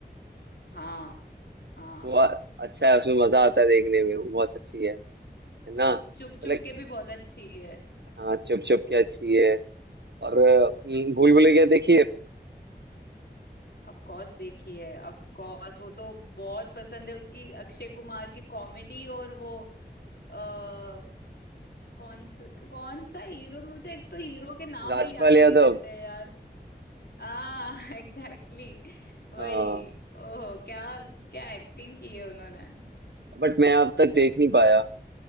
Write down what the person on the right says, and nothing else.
वो अच्छा है उसमें मजा आता है देखने में वो बहुत अच्छी है है ना
लाइक
हाँ चुप चुप के अच्छी है और अम, भूल भुलैया देखी है आपने?
राजपाल
यादव
हाँ
बट मैं अब तक देख नहीं पाया